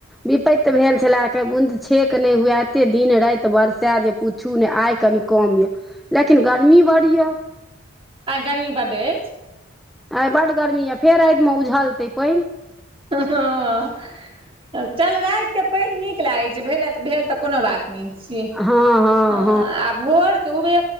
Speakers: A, in the centre; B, on the right.
A: विपत्ति भेल छलै, बूँद छेक नहि हुए, एतेक दिन राति बरसै जे पुछू ने आइ कनि। कम यऽ लेकिन गर्मी बड़ यऽ।
B: आई गर्मी बड अछि।
A: आ बड गर्मी यए फेर रातिमे ऊझलतै पाइन
B: हँ, रातिके पाइन नीक लागै छै, भरि राति भेल तऽ कोनो बात नहि। <unintelligible> मिच
A: हँ हँ
B: आ भरके उबे